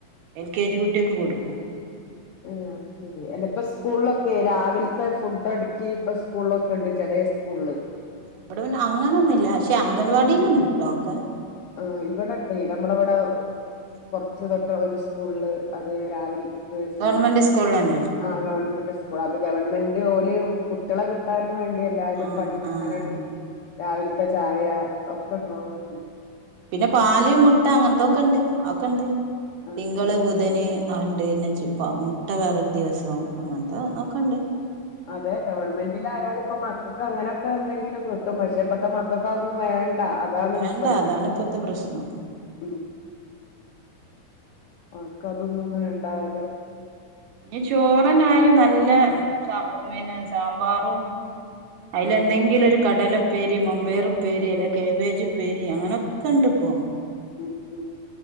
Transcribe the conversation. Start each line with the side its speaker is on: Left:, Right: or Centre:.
Right: എൽ കെ ജി കുട്ടിയൾക്ക് കൊടുക്കും
Left: ഏഹ് അത് ശരി അല്ല ഇപ്പൊ സ്കൂളൊക്കെ രാവിലത്തെ ഫുഡട്ക്കി ഇപ്പ സ്കൂളൊക്കെ ഇണ്ട് ചെലേ സ്കൂൾല്
Right: ഇവിടെ പിന്നെ അങ്ങനൊന്നുല്ല പക്ഷേ അംഗൻവാടില്ണ്ട്ട്ടോ ഒക്കെ
Left: ആഹ് ഇവടെണ്ട് നമ്മളവടെ കൊറച്ച് തൊട്ട ഒരു സ്കൂൾല് അത് രാവിൽ പേഴ്സ്ന്
Right: ഗവൺമെന്റ് സ്കൂളിലന്നെ
Left: ആ ഗവൺമെന്റ് സ്കൂൾ അത് ഗവൺമെന്റ് ഓല് കു കുട്ടിയളെ കിട്ടാനും വേണ്ടി എല്ലാരും
Right: ആഹ്
Left: പണിട്ക്കാനാണ്ട്
Right: ആഹ്
Left: രാവിൽത്തെ ചായ ഒക്കെ ഉണ്ടാവും പറഞ്ഞ്
Right: പിന്നെ പാല് മുട്ട അങ്ങൻത്തൊക്കെ ഇണ്ട് അതൊക്കെണ്ട്
Left: ആഹ്
Right: തിങ്കള്
Left: ആഹ്
Right: ബുധന് ആഹ് ഇണ്ട് പിന്നെ മുട്ട വേറൊരു ദിവസം അങ്ങനത്തെ ഒക്കെ ഇണ്ട്
Left: അതെ ഗവൺമെന്റിലായാലും ഇപ്പ മക്കക്കങ്ങനെയൊക്കെ എന്തെങ്കിലും കിട്ടും പക്ഷേ ഇപ്പത്തെ മക്കക്ക് അത് ഒന്നും വേണ്ട. അതാണ്
Right: വേണ്ട
Left: സത്യം
Right: അതാണ് ഇപ്പത്തെ പ്രശ്നം.
Left: ഉം. അവർക്കതൊന്നും വേണ്ടാതെ
Right: ഇഞ്ഞ് ചോറ്ന്നേ ആയാലും നല്ല പിന്നെ സാമ്പാറും അയിലെന്തെങ്കിലൊരു
Left: ആഹ്
Right: കടല ഉപ്പേരി, മമ്പേയറുപ്പേരി, അല്ലെങ്കി കേബേജുപ്പേരി അങ്ങനെക്കെണ്ട് ഇപ്പോ.
Left: ഉം ഉം